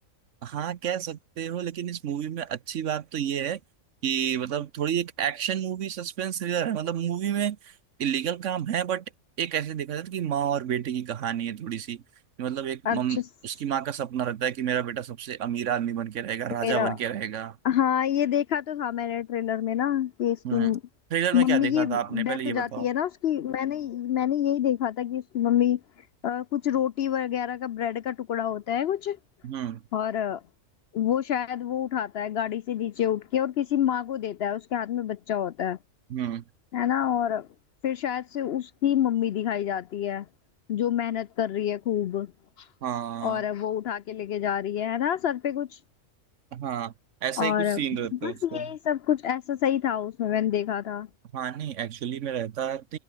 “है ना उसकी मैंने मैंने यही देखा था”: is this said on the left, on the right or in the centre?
Left